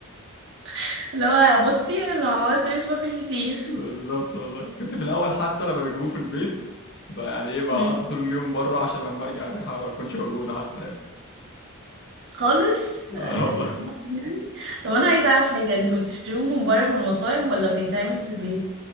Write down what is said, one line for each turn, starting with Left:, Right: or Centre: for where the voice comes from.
Right: <laughs> اللي هو بصي لو عملت مش باكل فسيخ
Left: <laughs> بالظبط والله كنت في الأول حتى لما بيجيبوه في البيت بقى يعني إيه بقى
Right: مم.
Left: أقضي طول اليوم بره عشان لما أرجع الريحة ما تكونش موجودة حتى يعني
Right: خالص
Left: <laughs>
Right: آه،
Left: آه والله
Right: آه، يعني طب انا عايزة اعرف حاجة انتوا بتشتروه من بره من المطاعم ولا بيتعمل في البيت